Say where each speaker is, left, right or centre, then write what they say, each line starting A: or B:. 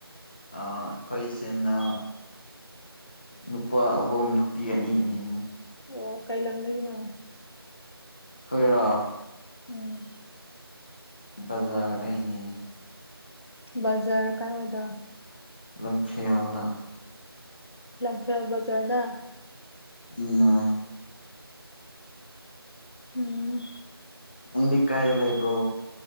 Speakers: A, on the left (about 25°); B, on the left (about 80°).
A: ꯑ ꯑꯩꯈꯣꯏ ꯏꯆꯦꯅ ꯅꯨꯄꯥ ꯑꯍꯨꯝ ꯅꯨꯄꯤ ꯑꯅꯤꯅꯤ
B: ꯑꯣ ꯀꯩ ꯂꯝꯗꯒꯤꯅꯣ
A: ꯈꯣꯏꯔꯣ
B: ꯎꯝ
A: ꯕꯖꯥꯔꯗꯩꯅꯦ
B: ꯕꯖꯥꯔ ꯀꯥꯏꯋꯥꯏꯗ
A: ꯂꯝꯐꯦꯜꯗ
B: ꯂꯝꯐꯦꯜ ꯕꯖꯥꯔꯗ
A: ꯎꯝꯅ
B: ꯎꯝ
A: ꯅꯪꯗꯤ ꯀꯥꯏꯗ ꯂꯩꯕ꯭ꯔꯣ